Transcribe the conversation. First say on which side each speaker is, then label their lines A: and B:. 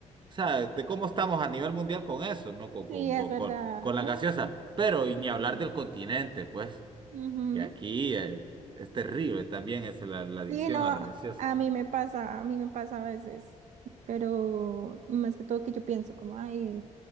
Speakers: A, on the right; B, on the right.
A: sea, de cómo estamos a nivel mundial con eso, ¿no? Con, con,
B: Sí, es
A: con,
B: verdad.
A: con, con la
B: No.
A: gaseosa. Pero, y
B: Mm,
A: ni hablar del continente, pues,
B: ujú.
A: que aquí eh, es, terrible también es la, la adicción
B: Sí, no,
A: a la gaseosa.
B: a mí me pasa, a mí me pasa a veces, pero más que todo que yo pienso como, ay,